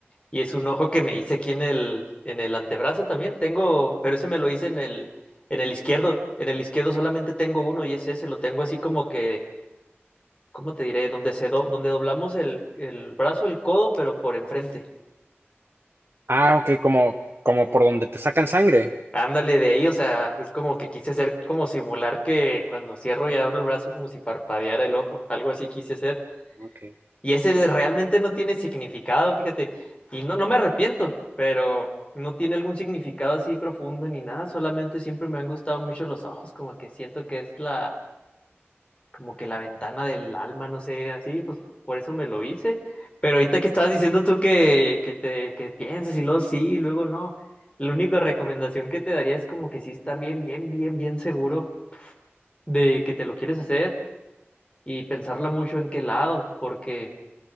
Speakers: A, on the left; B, on the right.
A: y es un ojo que me hice aquí en el, en el antebrazo también. Tengo, pero ese me lo hice en el, en el izquierdo. En el izquierdo solamente tengo uno y es ese, lo tengo así como que, ¿cómo te diré? Donde se do- donde doblamos el, el brazo, el codo, pero por enfrente.
B: Ah,
A: O sea,
B: ok, como, como por donde te sacan sangre.
A: Ándale de ahí, o sea, es como que quise hacer como simular que cuando cierro y abro el brazo como si parpadeara el ojo, algo así quise hacer.
B: Ok.
A: Y ese de- realmente no tiene significado, fíjate. Y no, no me arrepiento, pero no tiene algún significado así profundo ni nada. Solamente siempre me han gustado mucho los ojos, como que siento que es la, como que la ventana del alma, no sé, así, pues por eso me lo hice. Pero ahorita que estabas diciendo tú que, que te, que pienses y luego sí, y luego no. La única recomendación que te daría es como que sí estar bien, bien, bien, bien seguro de que te lo quieres hacer y pensarla mucho en qué lado, porque